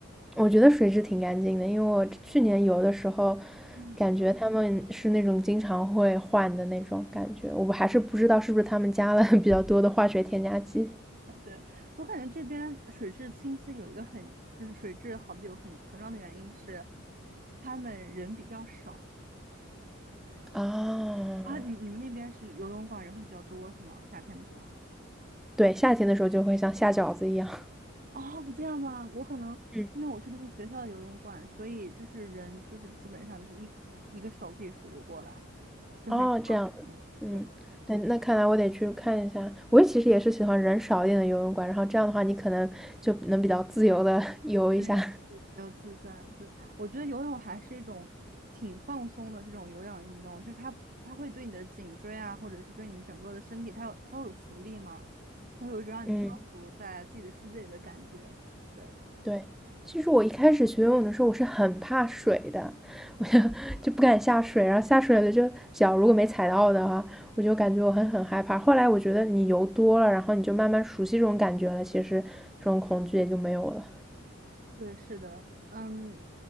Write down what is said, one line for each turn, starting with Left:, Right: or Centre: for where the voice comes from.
Centre: 我觉得水质挺干净的，因为我去年游的时候，
Right: 嗯，
Centre: 感觉他们是那种经常会换的那种感觉。我还是不知道是不是他们加了 <laughs> 比较多的化学添加剂
Right: 对，我感觉这边水质清晰有一个很，就是水质好的有很很重要的原因是，他们人比较少
Centre: 啊。
Right: 啊。你你们那边是游泳馆人会比较多是吗？夏天的时候？
Centre: 对，夏天的时候就会像下饺子一样。
Right: 哦，这样吗？我可能因为我去的是学校的游泳馆，
Centre: 嗯。
Right: 所以就是人就是基本上就是一一个手可以数得过来，就很少。
Centre: 哦，这样，
Right: 对对，
Centre: 嗯，那那看来我得去看一下。我其实也是喜欢人少一点的游泳馆，然后这样的话，你可能就能比较自由的 <laughs> 游一下。
Right: 对，就比较自在。对，我觉得游泳还是一种挺放松的这种有氧运动，就是它它会对你的颈椎啊，或者是对你整个的身体，它有它会有浮力嘛，它会有一种让你漂浮在自己的世界里的感觉。
Centre: 嗯，
Right: 对。
Centre: 对。其实我一开始学游泳的时候，我是很怕水的，我就 <laughs> 就不敢下水，然后下水了就脚如果没踩到的话，我就感觉我很很害怕。后来我觉得你游多了，然后你就慢慢熟悉这种感觉了，其实这种恐惧也就没有了。
Right: 对，是的，嗯，